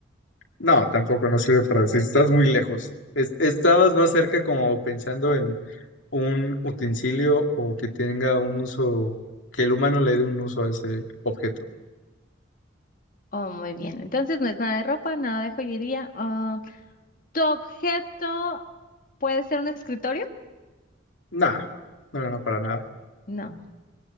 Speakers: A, on the left (about 80°); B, on the left (about 45°).
A: No, tampoco no sirve para decir. Estás muy lejos. Es- estabas más cerca como pensando
B: Oh,
A: en un utensilio o que tenga un uso, que el humano le dé un uso a ese objeto.
B: oh, muy bien. Entonces no es nada de ropa, nada de joyería. Ah, ¿tu objeto puede ser un escritorio?
A: Nada. No, no, no, para nada.
B: No.